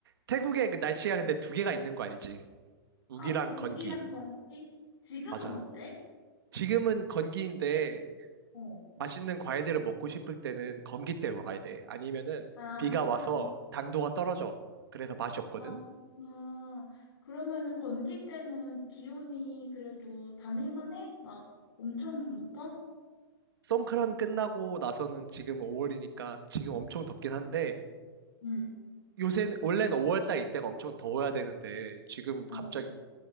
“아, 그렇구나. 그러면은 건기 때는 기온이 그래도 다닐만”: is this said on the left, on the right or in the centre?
Left